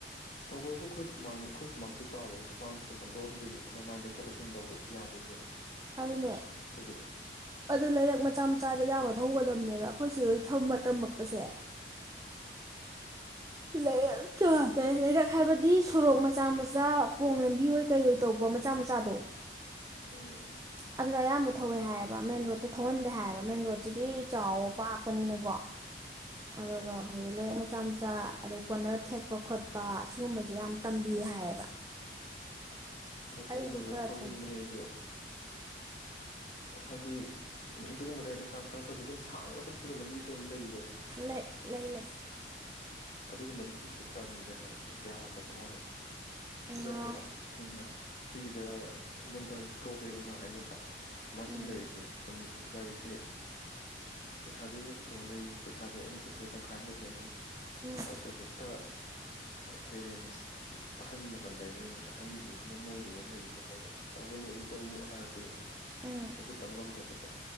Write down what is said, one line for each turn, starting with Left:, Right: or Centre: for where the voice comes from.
Left: ꯇꯧꯕꯕꯨ ꯑꯩꯈꯣꯏ ꯁꯨꯃꯥꯡ ꯑꯩꯈꯣꯏ ꯁꯨꯃꯥꯡꯁꯨ ꯆꯥꯎꯋꯤꯅꯦ ꯁꯨꯃꯥꯡ ꯑꯗꯨꯝ ꯍꯟꯗꯣꯛ ꯍꯟꯖꯤꯟ ꯃꯃꯥꯏ ꯂꯩꯊꯣꯛ ꯂꯩꯁꯤꯟ ꯇꯧꯕꯗꯤ ꯌꯥꯗꯣꯏꯅꯦꯕ
Right: ꯑꯗꯨꯅꯦ
Left: ꯑꯗꯨꯒꯤꯗꯤ
Right: ꯑꯗꯨ ꯂꯩꯔꯛ ꯃꯆꯥ ꯃꯆꯥꯁꯦ ꯌꯥꯝꯃꯗ ꯊꯧꯒꯗꯕꯅꯦꯕ ꯑꯩꯈꯣꯏ ꯁꯤ ꯍꯣꯏ ꯊꯝꯕ ꯇꯝꯃꯛꯄꯁꯦ ꯂꯩꯔꯛ ꯀꯩ ꯍꯥꯏꯇꯔꯦ ꯂꯩꯔꯛ ꯍꯥꯏꯕꯗꯤ ꯁꯣꯔꯣꯛ ꯃꯆꯥ ꯃꯆꯥ ꯄꯣꯡ ꯂꯝꯕꯤ ꯍꯣꯏ ꯀꯩꯍꯣꯏ ꯇꯧꯕ ꯃꯆꯥ ꯃꯆꯥꯗꯣ
Left: ꯎꯝ ꯎꯝ
Right: ꯑꯗꯨꯗ ꯑꯌꯥꯝꯕ ꯊꯧꯋꯦ ꯍꯥꯏꯌꯦꯕ ꯃꯦꯟ ꯔꯣꯗꯠꯇ ꯊꯧꯍꯟꯗꯦ ꯍꯥꯏꯌꯦꯕ ꯃꯦꯟ ꯔꯣꯗꯁꯤꯗꯤ ꯆꯥꯎꯕ ꯄꯥꯛꯄꯅꯤꯅꯀꯣ ꯑꯗꯨꯒ ꯍꯧꯖꯤꯛ ꯂꯩꯔꯛ ꯃꯆꯥ ꯃꯆꯥ ꯑꯗꯩ ꯀ ꯀꯣꯔꯅꯔ ꯊꯦꯛꯄ ꯈꯣꯠꯄ ꯁꯤꯒꯨꯝꯕꯁꯦ ꯌꯥꯝ ꯇꯝꯕꯤ ꯍꯥꯏꯌꯦꯕ
Left: ꯑ ꯁꯤꯨꯒꯨꯝꯕꯁꯤꯗ
Right: ꯑꯩꯁꯨ ꯈꯔ
Left: ꯊꯧꯅꯤꯡꯕꯅꯤ
Right: ꯊꯧ
Left: ꯑꯩꯁꯨ ꯍꯥꯏꯗꯤ ꯑꯗꯨꯒꯨꯝꯕ ꯂꯥꯏꯔꯤꯛ ꯃꯆꯥ ꯃꯆꯥ ꯅꯠꯇ꯭ꯔꯁꯨ ꯑꯗꯨꯝ ꯁꯥꯡꯅ ꯆꯠꯈꯤꯕ ꯂꯝꯕꯤꯁꯨ ꯑꯗꯨꯝ ꯂꯩꯌꯦ
Right: ꯂꯩ ꯂꯩ ꯂꯩ
Left: ꯑꯗꯨꯒꯨꯝ ꯃꯇꯝꯗꯤ ꯁꯤꯗ ꯇꯝꯒꯦ ꯍꯥꯏꯕꯅꯤ ꯌꯥꯗꯕ ꯋꯥꯅꯤꯗ
Right: ꯎꯝ
Left: ꯁꯤꯗꯅꯦꯕ ꯑꯩꯅ ꯑꯩꯒꯤꯗ ꯑꯩꯉꯣꯟꯗ ꯗ꯭ꯔꯣꯕꯦꯛ ꯑꯃ ꯍꯥꯏꯒꯗ꯭ꯔꯥ ꯁꯨꯃꯥꯏꯅ
Right: ꯎꯝ
Left: ꯁꯨꯝ ꯂꯩꯔꯤꯁꯦ ꯒꯥꯔꯤꯁꯦ ꯄꯩꯁꯥꯗꯤ ꯑꯩꯅ ꯄꯨꯊꯣꯛꯑ ꯂꯩꯌꯦꯕ ꯄꯩꯁꯥꯗꯤ ꯑꯩꯅ ꯄꯨꯊꯣꯛꯑꯦ ꯇꯪꯈꯥꯏ ꯑꯃ ꯄꯨꯊꯣꯛꯏꯅꯦ
Right: ꯎꯝ
Left: ꯑ ꯇꯣ ꯍꯦꯛꯇ ꯄꯦꯔꯦꯟꯁ ꯑꯍꯜ ꯂꯃꯟ ꯂꯩꯕꯅꯤꯅꯦ ꯑꯍꯟꯁꯤꯡꯁ ꯑꯗꯨꯅ ꯃꯣꯏꯒꯤꯅꯦꯅ ꯂꯩꯕꯅꯤꯗ ꯃꯣꯏꯗ ꯇꯧꯒꯅꯨ ꯑꯗꯨ ꯇꯧꯅꯨ ꯍꯥꯏꯔꯗꯤ
Right: ꯎꯝ
Left: ꯑꯩ ꯇꯧ ꯉꯝꯗꯕꯗꯣ